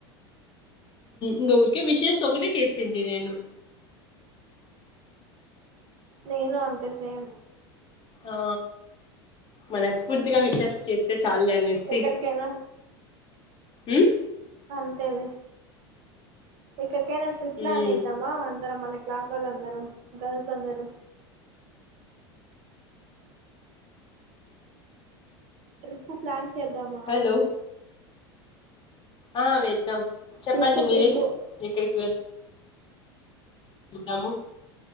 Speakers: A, on the left; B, on the right.
A: ఇంకా ఊరికే విషెస్ ఒకటి చేసింది నేను
B: నేను అంతే సేమ్
A: ఆ మనస్ఫూర్తిగా విషెస్ చేస్తే చాలు అనేసి
B: ఎక్కడికైనా
A: ఉమ్
B: అంతేలే ఎక్కడికైనా ట్రిప్ ప్లాన్
A: ఉమ్
B: ఏద్దామా అందరం మనకి క్లాస్ వాళ్ళ అందరూ గర్ల్స్ అందరూ ట్రిప్పు ప్లాన్ చేద్దామా
A: హలో ఆ వెద్దాం చెప్పండి
B: ట్రిప్పు
A: మీరే
B: ట్రిప్పు
A: ఎక్కడికి వె వెళ్దమో